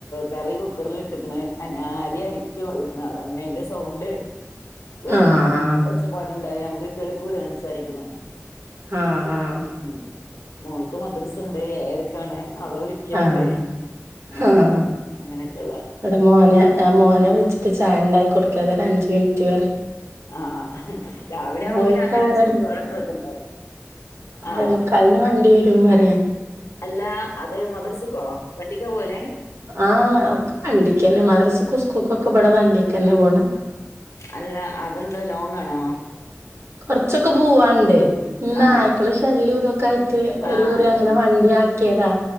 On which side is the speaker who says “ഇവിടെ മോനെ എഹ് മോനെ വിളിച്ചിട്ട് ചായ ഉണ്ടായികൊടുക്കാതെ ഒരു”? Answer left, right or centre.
Right